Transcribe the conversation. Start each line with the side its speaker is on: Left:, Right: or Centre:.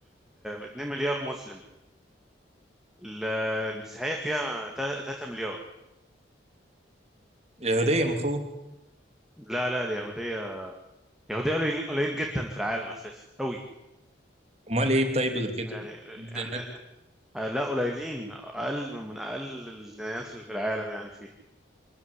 Centre: 2 مليار مسلم ال- المسيحية فيها 3 مليار
Right: اليهوديه المفروض
Centre: لا لا اليهودية اليهودية قليلين قليلين جدا في العالم أساسا أوي
Right: امال ايه طيب غير كده؟
Centre: يعني
Right: الديانات-
Centre: يعني- آه، لا قليلين أقل من أقل الديانات اللي في العالم يعني فيها